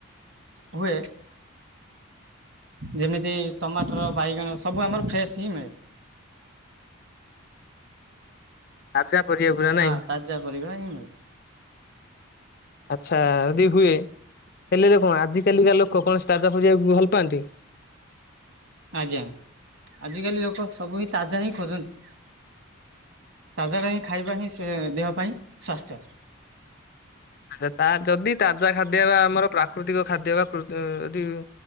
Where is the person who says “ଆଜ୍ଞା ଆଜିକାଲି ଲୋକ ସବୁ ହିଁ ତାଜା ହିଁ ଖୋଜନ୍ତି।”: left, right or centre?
Right